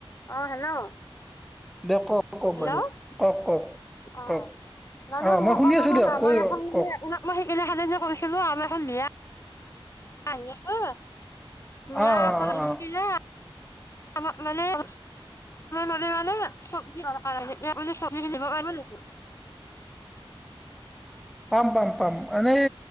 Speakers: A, on the left (about 30°); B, in the centre.
A: অ হেলৌ
B: দিয়ক কওক কওক
A: হেলৌ,
B: বাইদেউ কওক কওক
A: অ,
B: কওক
A: মানো
B: অঁ
A: মোক
B: মই শুনি
A: অনলাইনত
B: আছোঁ দিয়ক
A: <unintelligible>
B: কৈ
A: এখন বুলি
B: কওক
A: <unintelligible> কৈছিলো আনু এখন মিয়া আহি আছো ল মিঞাখন
B: অঁ অঁ অঁ
A: থাকিলে
B: অঁ
A: আ, আমাৰ মানেয় মানে মানে চব্জিাৰ কাৰণে মানে চব্জি কিনিব কাৰিব লাগিব
B: পাম পাম পাম এনে